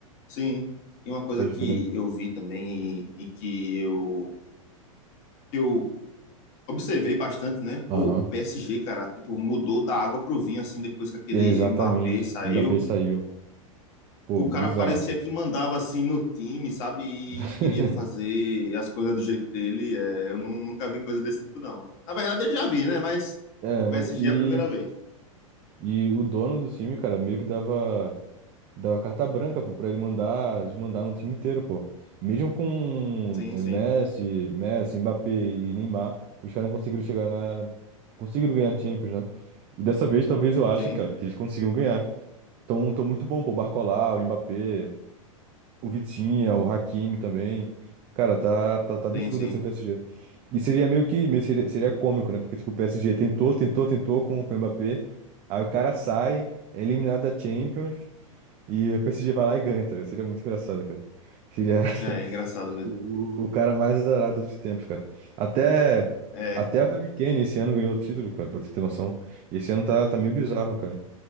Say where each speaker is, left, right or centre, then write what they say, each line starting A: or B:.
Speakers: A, on the left (about 50°); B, on the right (about 35°).
A: sim, e uma coisa
B: Pode
A: que
B: crer.
A: eu vi também e, e que eu, que eu observei bastante, né,
B: Aham.
A: pô, o PSG, cara, tipo, mudou da água pro vinho, assim, depois que aquele
B: É, Exatamente.
A: Mbappé saiu,
B: Mbappé saiu. Pô,
A: o
B: bizarro.
A: cara parecia que mandava assim no time, sabe? E
B: <laughs>
A: queria fazer as coisas do jeito dele. É, eu nu- nunca vi coisa desse tipo, não. Na verdade, eu já vi, né? Mas
B: É,
A: o PSG
B: mas e,
A: é a primeira vez.
B: e o dono do time, cara, meio que dava. Dá carta branca, pô, pra ele mandar, desmandar no time inteiro, pô. Mesmo com
A: Sim,
B: eh,
A: sim,
B: Messi, Messi, Mbappé e Neymar, os caras não conseguiram chegar na. Conseguiram ganhar a Champions, né? E dessa vez, talvez eu ache,
A: sim,
B: cara, que eles consigam ganhar. Tão, tão muito bom, pô. O Barcola, o Mbappé, o Vitinha, o Hakimi também. Cara, tá, tá, tá absurdo
A: sim, sim.
B: assim o PSG. E seria meio que. meio Seria, seria cômico, né? Porque, tipo, o PSG tentou, tentou, tentou com, com o Mbappé. Aí o cara sai, é eliminado da Champions. E a PSG vai lá e ganha, tá ligado? Seria muito engraçado, cara. Seria
A: É, é
B: <laughs>
A: engraçado
B: tipo,
A: mesmo.
B: o, o cara mais azarado de todos os tempos, cara. Até,
A: É,
B: até o Harry Kane esse ano ganhou o título, cara, pra você ter noção. E esse ano tá, tá meio bizarro, cara.